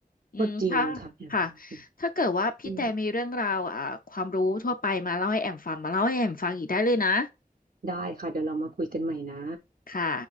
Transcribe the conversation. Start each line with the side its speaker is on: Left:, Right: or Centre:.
Left: อืมถ้า
Right: ก็จริงค่ะอย่างนั้นค่ะ
Left: ค่ะถ้าเกิดว่าพี่แต่มีเรื่องราวอ่าความรู้ทั่วไปมาเล่าให้แอมฟัง
Right: อืม
Left: มาเล่าให้แอมฟังอีกได้เลยนะ
Right: ได้ค่ะเดี๋ยวเรามาคุยกันใหม่นะ
Left: ค่ะ